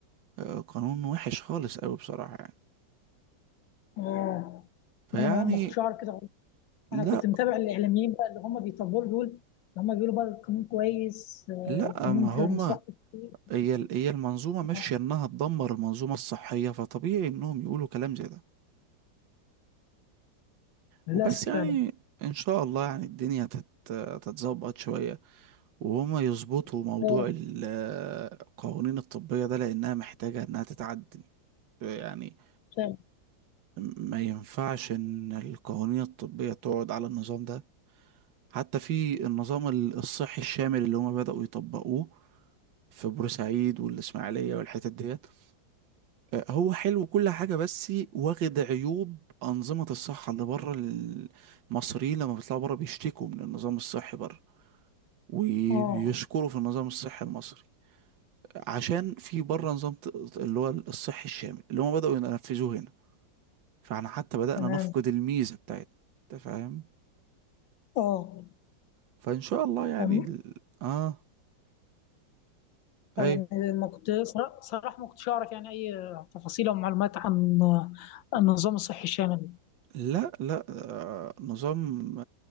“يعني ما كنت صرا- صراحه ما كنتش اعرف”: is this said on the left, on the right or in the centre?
Left